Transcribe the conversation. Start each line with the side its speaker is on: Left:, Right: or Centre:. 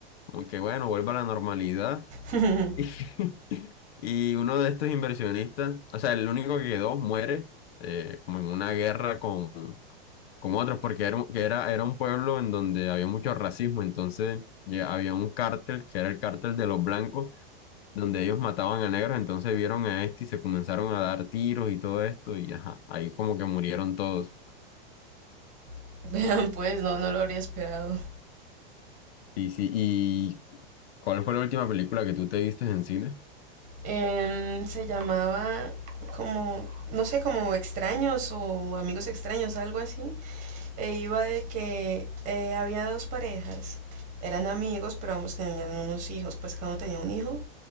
Left: como que bueno, vuelve a la normalidad.
Right: <laughs>
Left: <laughs> Y uno de estos inversionistas, o sea, el único que quedó, muere eh, como en una guerra con, con otros, porque era, un- que era, era un pueblo en donde había mucho racismo, entonces ya había un cártel, que era el cártel de los blancos, donde ellos mataban a negros, entonces vieron a este y se comenzaron a dar tiros y todo esto, y ajá, ahí como que murieron todos.
Right: <laughs> Vean, pues no, no lo habría esperado.
Left: Y sí, ¿y cuál fue la última película que tú te viste en cine?
Right: Em, se llamaba como, no sé, como extraños o amigos extraños, algo así. E iba de que eh, había dos parejas. Eran amigos, pero ambos tenían unos hijos, pues cada uno tenía un hijo.